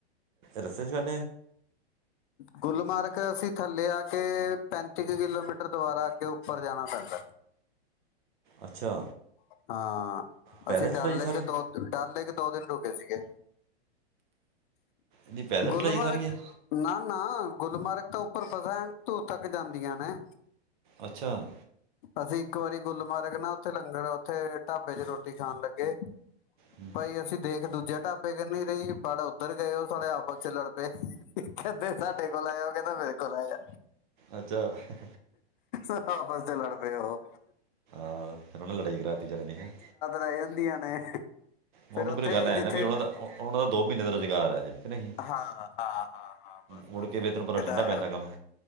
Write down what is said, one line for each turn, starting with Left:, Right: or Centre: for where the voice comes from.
Right: ਰਸਤੇ ਚ <unintelligible>
Left: ਗੁਲਮਾਰਗ ਅਸੀਂ ਥੱਲੇ ਆ ਕੇ ਪੈਂਤੀ ਕੁ ਕਿਲੋਮੀਟਰ ਦੁਬਾਰਾ ਆ ਕੇ ਉੱਪਰ ਜਾਣਾ ਪੈਂਦਾ।
Right: ਅੱਛਾ।
Left: ਹਾਂ
Right: ਪੈਦਲ
Left: ਅਸੀਂ
Right: ਚੜਾਈ
Left: ਡਲਏ
Right: ਸਾਰੀ
Left: ਕੇ ਦੋ ਡਲਏ ਕੇ ਦੋ ਦਿਨ ਰੁ ਸੀ ਗੇ
Right: ਨਹੀਂ ਪੈਦਲ
Left: ਗੁਲਮਾਰਗ
Right: ਚੜਾਈ ਸਾਰੀ ਇਹ
Left: ਨਾ ਨਾ ਗੁਲਮਰਗ ਤਾਂ ਉੱਪਰ ਬਸਹਿਣ ਧੂ ਤੱਕ ਜਾਂਦੀਆਂ ਨੇ
Right: ਅੱਛਾ
Left: ਅਸੀਂ ਇੱਕ ਵਾਰੀ ਗੁੱਲ ਮਾਰਗ ਨਾ ਓਥੇ ਲੰਗਰ ਅ ਓਥੇ ਢਾਬੇ ਚ ਰੋਟੀ ਖਾਣ ਲੱਗੇ
Right: ਹੂੰ,
Left: ਭਾਈ ਅਸੀਂ ਦੇਖ ਇੱਕ ਦੂਜੇ ਢਾਬੇ ਕਹੀ ਰਹੀ ਬੜ ਉੱਧਰ ਗਏ ਉਹ ਸਾੇਰੇ ਆਪਸ ਚ ਲੜ ਪਏ ਕਹਿੰਦੇ ਸਾਡੇ ਕੋਲ ਆਇਆ ਓਹ ਕਹਿੰਦੇ ਮੇਰੇ ਕੋਲ ਆਇਆ
Right: ਅੱਛਾ
Left: ਆਪਸ ਤੇ ਲੜ ਪਏ ਓਹ
Right: ਓਹਨਾਂ ਨੇ ਲੜਾਈ ਕਰਾਤੀ ਜਾਂਦੀ ਹੈ
Left: ਰਹਿ ਜਾਂਦੀਆਂ ਨੇ
Right: ਮਨੂੰ
Left: ਉੱਥੇ
Right: ਫਿਰ ਗੱਲ ਐ
Left: ਜਿੱਥੇ
Right: ਨਾ ਵੀ ਓਹਨਾਂ ਦਾ ਓਹਨਾਂ ਦਾ ਦੋ ਮਹੀਨੇ ਦਾ ਰੁਜ਼ਗਾਰ ਹੈ ਇਹ ਕਿ ਨਹੀਂ
Left: ਹਾਂ ਹਾਂ ਹਾਂ ਹਾਂ ਬਸ
Right: ਮੁੜ
Left: ਬੱਸ
Right: ਕੇ ਵੇ ਤੈਨੂੰ ਪਤਾ
Left: ਇਹ
Right: ਠੰਡਾ
Left: ਤਾਂ ਹੈ
Right: ਪੈਂਦਾ ਕੰਮ